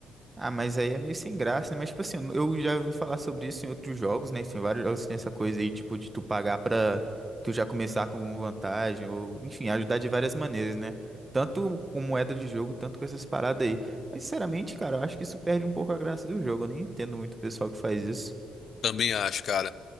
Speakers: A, on the right; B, on the left.
A: Ah, mas aí é meio sem graça, né? Mas, tipo assim, eu já ouvi falar sobre isso em outros jogos, né? Tem vários jogos que tem essa coisa aí, tipo, de tu pagar pra tu já começar com alguma vantagem, ou, enfim, ajudar de várias maneiras, né? Tanto com moeda de jogo, tanto com essas paradas aí. Mas, sinceramente, cara, eu acho que isso perde um pouco a graça do jogo. Eu nem entendo muito o pessoal que faz isso.
B: Também acho, cara.